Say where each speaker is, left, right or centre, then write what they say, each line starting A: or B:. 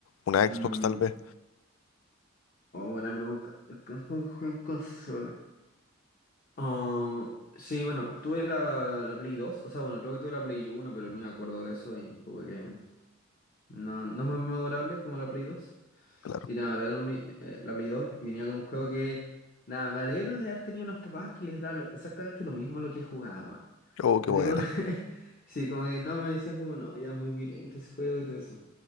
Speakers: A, on the left; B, on the left.
A: una Xbox
B: Mm,
A: tal vez?
B: oh, buena pregunta. El tiempo que jugué en consola. Ah, sí, bueno, tuve la, la Play dos o sea, bueno, creo que tuve la Play uno pero ni me acuerdo de eso y como que no, no es muy memorable como la Play dos
A: Claro.
B: y nada, me regalaron mi- eh, la Play 2 y venía con un juego que, nada, me alegro de haber tenido unos papás que les da lo- exactamente lo mismo lo que jugaba, weón.
A: Oh, qué
B: No,
A: buena.
B: Tipo, <laughs> sí, como que no, me decían como, no, ya es muy violento ese juego y todo eso.